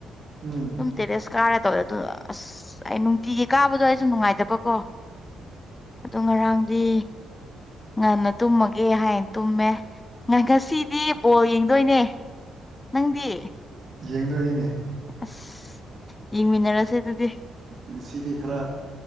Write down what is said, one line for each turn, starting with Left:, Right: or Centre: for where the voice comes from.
Right: ꯎꯝ
Left: ꯑꯗꯨꯝ ꯇꯦꯔꯦꯁ ꯀꯥꯔ ꯇꯧꯋꯦ ꯑꯗꯨ ꯑꯁ ꯑꯩ ꯅꯨꯡꯇꯤꯒꯤ ꯀꯥꯕꯗꯣ ꯑꯩꯁꯨ ꯅꯨꯡꯉꯥꯏꯇꯕꯀꯣ ꯑꯗꯨ ꯉꯔꯥꯡꯗꯤ ꯉꯟꯅ ꯇꯨꯝꯃꯒꯦ ꯍꯥꯏꯟ ꯇꯨꯝꯃꯦ ꯉ ꯉꯁꯤꯗꯤ ꯕꯣꯜ ꯌꯦꯡꯗꯣꯏꯅꯦ ꯅꯪꯗꯤ
Right: ꯌꯦꯡꯗꯣꯏꯅꯤꯅꯦ
Left: ꯑꯁ ꯌꯦꯡꯃꯤꯟꯅꯔꯁꯦ ꯑꯗꯨꯗꯤ
Right: ꯉꯁꯤꯗꯤ ꯈꯔ